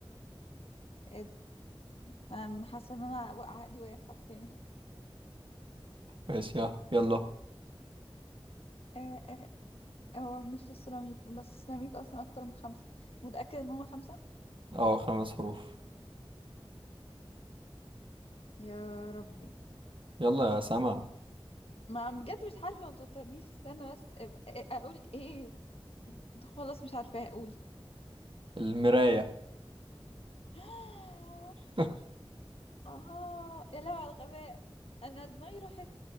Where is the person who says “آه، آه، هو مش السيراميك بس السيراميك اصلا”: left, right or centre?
Left